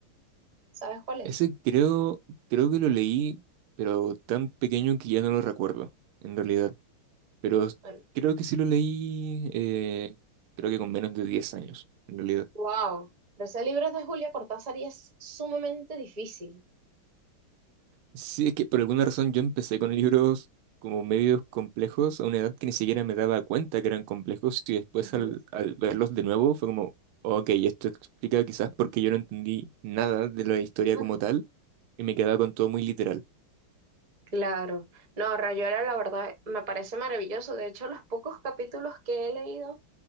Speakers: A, on the right (about 30°); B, on the right (about 75°).
A: ¿Sabes cuál es?
B: Ese creo, creo que lo leí, pero tan pequeño que ya no lo recuerdo, en realidad. pero
A: Bueno,
B: creo que sí lo leí, eh, creo que con menos de 10 años, en realidad.
A: wow. Pero Ese libro es de Julia Cortázar y es sumamente difícil.
B: Sí, es que por alguna razón yo empecé con libros como medios complejos a una edad que ni siquiera me daba cuenta que eran complejos y después
A: Ujú.
B: al, al verlos de nuevo fue como, ok, esto explica quizás por qué yo no entendí nada de la historia
A: <laughs>
B: como tal y me quedaba con todo muy literal,
A: Claro, no, Rayuela, la verdad me parece maravilloso. De hecho, los pocos capítulos que he leído